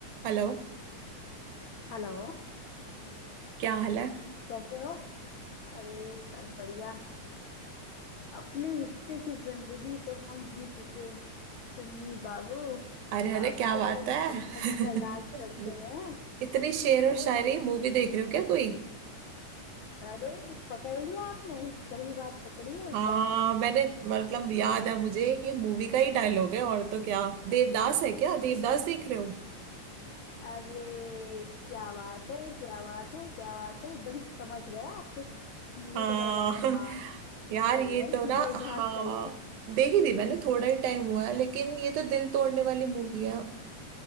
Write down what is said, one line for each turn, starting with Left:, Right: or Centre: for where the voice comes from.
Right: Hello
Left: Hello
Right: क्या हाल है
Left: कैसे हो अरे सब बढ़िया अपने हिस्से की जिंदगी तो हम जी चुके चुन्नी बाबू
Right: अरे अरे
Left: अब
Right: क्या
Left: तो
Right: बात
Left: बस
Right: है
Left: धड़कनों
Right: <laughs>
Left: का इलाज करते हैं
Right: इतनी शेर
Left: <laughs>
Right: और शायरी मूवी देख रहे हो क्या कोई
Left: अरे पकड़ लिया आपने सही बात पकड़ी है
Right: हाँ
Left: एकदम
Right: मैंने मतलब याद है मुझे ये मूवी का ही डायलॉग है और तो क्या देवदास है क्या देवदास देख रहे हो
Left: अरे क्या बात है क्या बात है क्या बात है एकदम समझ गया आपके मूवी
Right: हाँ
Left: का डायलॉग है
Right: <laughs>
Left: हाँ
Right: यार
Left: सही
Right: ये
Left: है
Right: तो
Left: <laughs>
Right: ना
Left: देवदास
Right: हाँ
Left: का ये
Right: देखी थी मैंने थोड़ा ही टाइम हुआ है लेकिन ये तो दिल तोड़ने वाली मूवी है